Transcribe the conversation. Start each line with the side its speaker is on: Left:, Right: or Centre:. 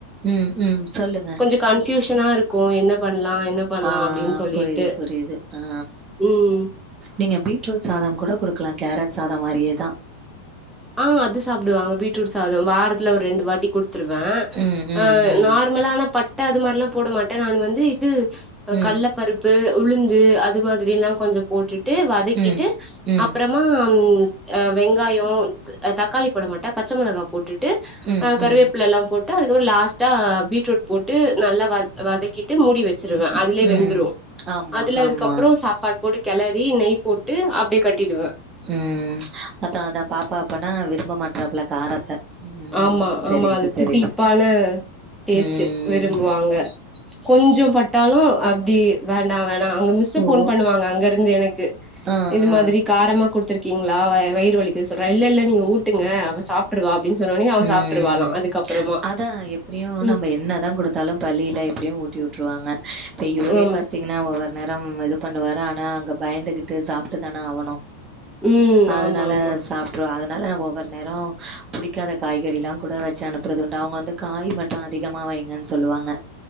Right: ம் ம் சொல்லுங்க
Centre: கொஞ்ச கன்ஃப்யூஷனா இருக்கு என்ன பண்லா என்ன பண்லா
Right: ஆ
Centre: அப்டின்னு சொல்லிட்டு
Right: புரியுது புரியுது ஆ
Centre: ம்
Right: நீங்க பீட்ரூட் சாதம் கூட குடுக்கலா கேரட் சாதா மாரியேதா
Centre: ஆ அது சாப்டுவாங்க பீட்ரூட் சாதம் வாரத்துல ஒரு ரெண்டு வாட்டி குடுத்துருவே
Right: ம் ம்
Centre: ஆ
Right: ம்
Centre: நார்மலான பட்ட அது மாறிலா போட மாட்ட நான் வந்து இது
Right: ம்
Centre: கள்ள பருப் பு உளுந்து அது மாதிரில்லா கொஞ்சொ போட்டுட்டு வதக்கிட்டு
Right: ம் ம்
Centre: அப்புறோ மா அ வெங்காயோ தக்காளி போட மாட்டே பச்ச மெளகா போட்டு டு
Right: ம்
Centre: ஆ கருவேப்பிள
Right: ம்
Centre: எல்லா போட் டு அதுக்கப்றோ லாஸ்ட்டா பீட்ரூட் போட்டு நல்லா வா வதக்கிட்டு மூடி வெ ச்சிருவோ அதுலயே வெந்துறே
Right: ம் ஆமா
Centre: அதுல
Right: ஆமா.
Centre: அதுக்கப்றோ சாப்பாட் போட்டு கெலரி நெய் போட்டு அப்டி கட்டிடுவ
Right: ம் அதா அதா பாப்பா அப்பனா விரும்ப மாட்றாப்புல்ல காரத்த ம்
Centre: ஆமா
Right: தெரியுது
Centre: ஆமா அது
Right: தெரியுது.
Centre: தித்திப்பான டேஸ்ட்டு
Right: ம்
Centre: விரும்புவாங்க கொஞ்சோ பட்டாலு அப்டி வேண்டா வேண்டா அங்க மிஸ்ஷு
Right: ஓ!
Centre: ஃபோன் பண்ணுவாங்க அங்கருந்து எனக்கு
Right: ஆ
Centre: இது
Right: ஆ
Centre: மாதிரி காரமா குடுத்துற் ங்ளா வய வயிறு வலிக்கு சொல்றா இல்லெல்ல நீங்க ஊட்டுங்க அவ சாப்ட்ருவா அப்டின்னு சொன்னோனே அவ
Right: ம்
Centre: சாப்ட்ருவாளா அதுக்கப்புறமா
Right: அதா எப்டியு
Centre: ம்
Right: நம்ம என்னதா குடுத் தாலு பள்ளியில எப்டியு ஊட்டி உட்ருவாங்க இப்ப இவரே
Centre: ஆமா
Right: பாத்திங் ன்னா ஒவ்வொரு நேரம் இது பண்ணுவாரு ஆனா அங்க பயந்துகிட்டு சாப்டுதான ஆவனு
Centre: ம்
Right: அதுனால
Centre: ஆமா ஆமா
Right: சாப்ட்ருவா அதன் னால ஒவ்வொரு நேரோ புடிக்காத காய்கறில்லா கூட வச்சு அனுப்புறதுண்டு அவுங்க வந்து காய் மட் ட்டு அதிகமா வைங்கன் சொல்லுவாங்க